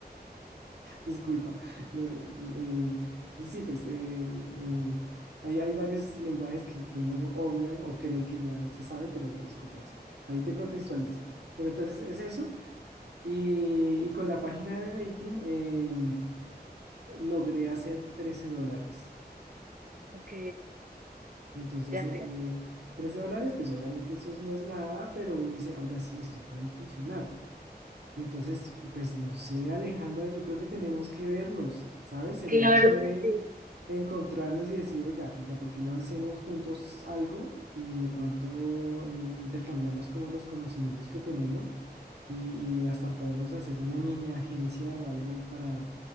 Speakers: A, on the right (about 80°); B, on the right (about 55°).
A: Disculpa. No, eh, sí, sí, pues eh, eh, hay, hay varios lenguajes que, que uno obvia o cree que ya se sabe, pero no, disculpa, sí. Ahí te contextualizo. Pero entonces es eso. Y, y con la página de dating eh, logré hacer 13 dólares.
B: Ok,
A: Entonces,
B: ya
A: eh,
B: te.
A: 13 dólares, pues obviamente eso no es nada, pero uno dice, oiga, sí, esto puede funcionar. Entonces, pues no sé, Alejandra, yo creo que tenemos que vernos, ¿sabes? Sería
B: Claro
A: chévere
B: que sí.
A: encontrarnos y decir, oiga, oiga, ¿por qué no hacemos juntos algo? Y de pronto eh, intercambiamos como los conocimientos que tenemos y, y hasta podemos hacer una mini agencia o algo para